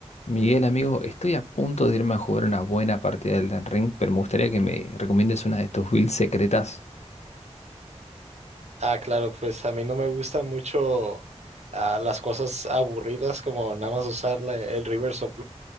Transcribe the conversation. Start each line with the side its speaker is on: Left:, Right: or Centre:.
Left: Miguel, amigo, estoy a punto de irme a jugar una buena partida del Elden Ring, pero me gustaría que me recomiendes una de estos builds secretas.
Right: Ah, claro, pues a mí no me gustan mucho ah, las cosas aburridas como nada más usar la- el reverse of